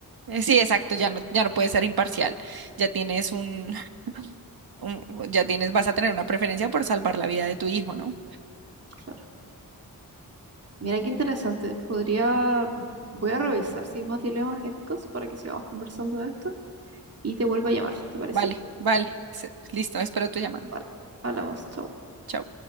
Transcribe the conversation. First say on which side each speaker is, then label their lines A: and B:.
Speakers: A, on the right; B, on the right.
A: Eh, sí, exacto, ya no, ya no puede ser imparcial, ya tienes un, <laughs> un- ya tienes, vas a tener una preferencia por salvar la vida de tu hijo, ¿no?
B: claro. Mira qué interesante. Podría, voy a revisar si hay más dilemas éticos para que sigamos conversando de esto y te vuelvo a llamar, ¿te parece?
A: Vale, vale, se- listo, espero tu llamada.
B: Vale, hablamos, chao.
A: Chao.